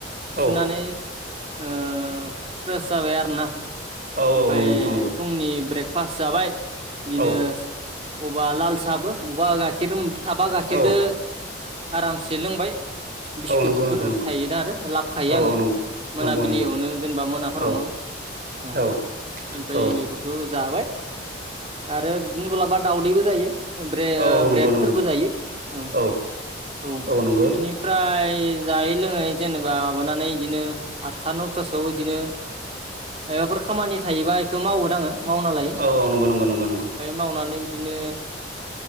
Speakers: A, on the right; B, on the right.
A: औ
B: सुनानै ओ फ्रेस जाबाय आरोना।
A: औ
B: ओमफाय
A: औ नंगौ नोंथां नंगौ
B: फुंनि ब्रेक पास जाबाय बिदिनो
A: औ
B: बबेबा लाल साहाबो बबेबा गाइखेर थाबा गाखेरदो
A: औ
B: आरामसे लोंबाय। बिस्कुटफोर
A: औ नंगौ नंगौ नंगौ
B: थायोना आरो लाबोखायो
A: औ
B: आङो।
A: नंगौ
B: मोनाबिलियावनो
A: नंगौ नंगौ
B: जेनेबा मोनाफोरावनो।
A: औ औ
B: ओम
A: औ
B: ओमफ्राय
A: औ
B: बेफोरखौ जाबाय आरो बिदिनो सोरलाबा दावउदैबो जायो। ब्रेड
A: औ नंगौ
B: ब्रेडफोरबो
A: नंगौ
B: जायो ओं
A: औ
B: औ
A: नंगौ औ
B: इनिफ्राय जायै लोङै जेनेबा माबानानै इदिनो आठथा नौथासोआव इदिनो मायबाफोर खामानि थायोबा इखो मावगोन आङो मावना लायो
A: औ
B: ओमफ्राय
A: औ नंगौ नंगौ नंगौ नंगौ
B: मावनानै बिदिनो